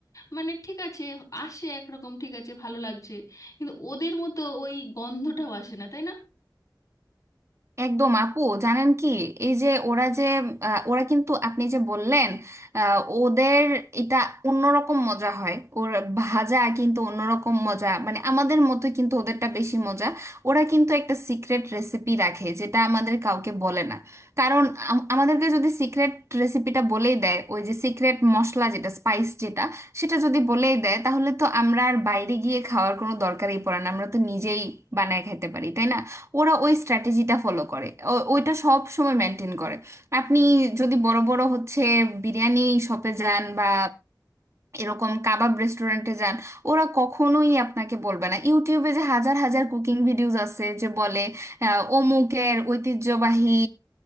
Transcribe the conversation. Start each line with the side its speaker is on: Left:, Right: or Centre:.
Left: মানে ঠিক আছে আসে একরকম ঠিক আছে ভালো লাগছে কিন্তু ওদের মতো ওই গন্ধটাও আসে না তাই না
Right: একদম আপু জানেন কি এই যে ওরা যে আহ, ওরা কিন্তু আপনি যে বললেন আহ, ওদের এটা অন্যরকম মজা হয় ওর ভাজা কিন্তু অন্যরকম মজা মানে আমাদের মতো কিন্তু ওদেরটা বেশি মজা ওরা কিন্তু একটা সিক্রেট রেসিপি রাখে যেটা আমাদের কাউকে বলে না কারণ আম- আমাদেরকে যদি সিক্রেট রেসিপিটা বলেই দেয় ওই যে সিক্রেট মশলা যেটা স্পাইস যেটা সেটা যদি বলেই দেয় তাহলে তো আমরা আর বাইরে গিয়ে খাওয়ার কোনো দরকারই পড়ে না আমরা তো নিজেই বানায় খেতে পারি তাই না ওরা ওই স্ট্র্যাটেজিটা ফলো করে ও- ওইটা সব সময় মেনটেন করে আপনি যদি বড় বড় হচ্ছে বিরিয়ানি শপে যান বা এরকম কাবাব রেস্টুরেন্টে যান ওরা কখনোই আপনাকে বলবে না ইউটিউবে যে হাজার হাজার কুকিং ভিডিওস আছে যে বলে আহ, অমুকের ঐতিহ্যবাহী